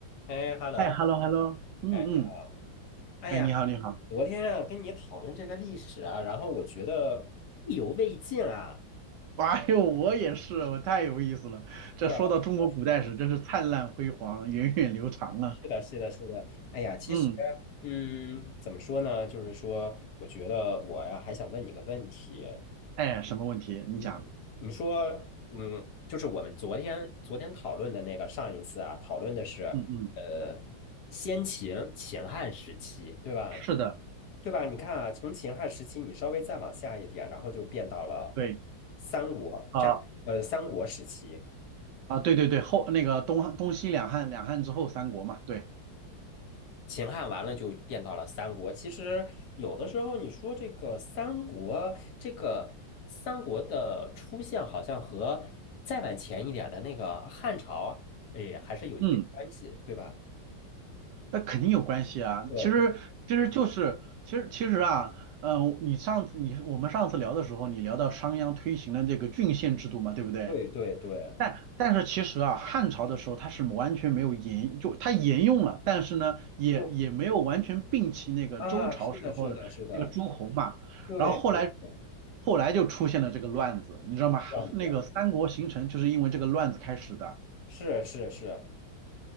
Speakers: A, on the left (about 65°); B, on the right (about 75°).
A: 哎，hello，
B: 哎，hello hello，嗯嗯，
A: 哎，你好。哎呀，
B: 哎，你好你好，
A: 昨天啊跟你讨论这个历史啊，然后我觉得意犹未尽啊。
B: 哎呦，我也是，我太有意思了。这说到中国古代史，
A: 是啊，是啊，
B: 真是灿烂辉煌，源远流长啊。
A: 是的，是的，是的。哎呀，其实，
B: 嗯，
A: 嗯，怎么说呢？就是说，我觉得我呀还想问你个问题。
B: 哎，什么问题？你讲。
A: 嗯，你说，嗯，就是我们昨天昨天讨论的那个上一次啊，讨论的是
B: 嗯嗯，
A: 呃先秦秦汉时期，对吧？
B: 是的，
A: 对吧？你看啊，从秦汉时期，你稍微再往下一点，然后就变到了
B: 对，
A: 三国战，
B: 啊、
A: 呃，三国时期。
B: 啊，对对对，后那个东汉东西两汉，两汉之后三国嘛，对，
A: 秦汉完了就变到了三国。其实有的时候你说这个三国，这个三国的出现，好像和再往前一点的那个汉朝，哎，还是有一定关系的对吧？
B: 嗯，那肯定有关系啊。
A: 对
B: 其实其实就是其实其实啊，嗯、你上次你我们上次聊的时候，你聊到商鞅推行了这个郡县制度嘛，对不对？
A: 对对对对，
B: 但但是其实啊，汉朝的时候它是完全没有沿，就它沿用了，但是呢，也也没有完全摒弃那个周朝时候的那个诸侯嘛。
A: 就啊，是的，是的，是的，对对对，
B: 然后后来后来就出现了这个乱子，你知道吗？
A: 这样子
B: 那个三国形成就是因为这个乱子开始的。
A: 是是是。